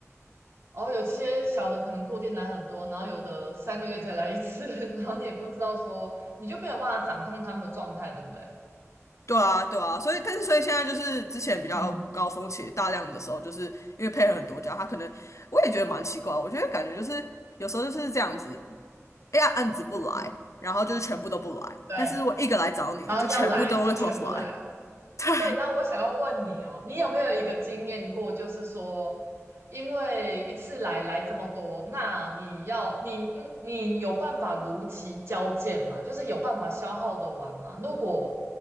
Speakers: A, on the right (about 55°); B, on the left (about 65°).
A: 哦？有些小的可能固定来很多，然后有的三个月才来一次，<laughs> 然后你也不知道说，你就没有办法掌控他们的状态，对不对？
B: 对啊，对啊，所以但是所以现在就是之前比较高峰期大量的时候，
A: 嗯
B: 就是因为配合很多家，他可能我也觉得蛮奇怪，我觉得感觉就是有时候就是这样子，哎呀案子不来，
A: 嗯，
B: 然后就是全部都不来，
A: 对。
B: 但是我一个来找你了，
A: 然后要来就全部来，
B: 就全部都会同时来。<laughs> 对，
A: 对，那我想要问你哦，你有没有一个经验过，就是说，因为一次来来这么多，那你要你应你有办法如期交件吗？就是有办法消耗的完吗？如果